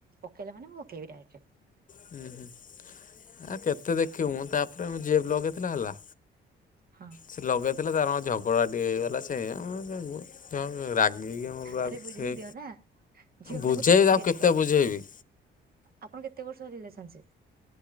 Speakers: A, on the right; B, on the left.
A: ପକେଇଲେ ମାନେ ମୁଁ ପକେଇି ଡାଇରେକ୍ଟ।
B: ହୁଁ ହୁଁ ଆ କେତେ ଦେଖିବୁ ମୁଁ ତାପରେ ଯିଏ ଲଗେଇଥିଲ ହେଲା।
A: ହଁ।
B: ସେ ଲଗେଇଥିଲେ ତାଙ୍କର କଣ ଝଗଡ଼ାଟିଏ ହେଇଗଲା ସେ ସେଇ ରାଗିକି
A: ଆରେ ବୁଝେଇ
B: ସେ
A: ଦିଅ ନା ଝିଅ ପିଲାକୁ
B: ବୁଝେଇବି
A: ଟିକେ ଟିକେ
B: ଆଉ କେତେ
A: ଦେଖ
B: ବୁଝେଇବି?
A: ଆପଣ କେତେ ବର୍ଷ ରିଲେସନସିପ?